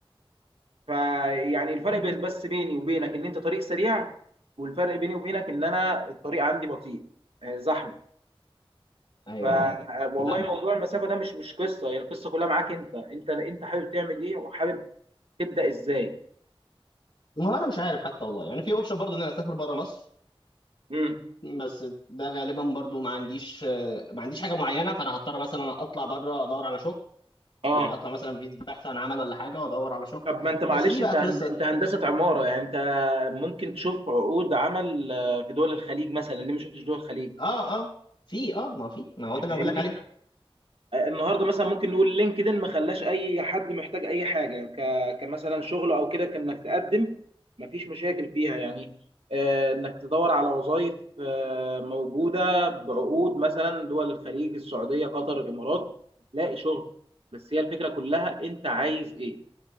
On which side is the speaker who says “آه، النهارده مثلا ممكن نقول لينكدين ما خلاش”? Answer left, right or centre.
Right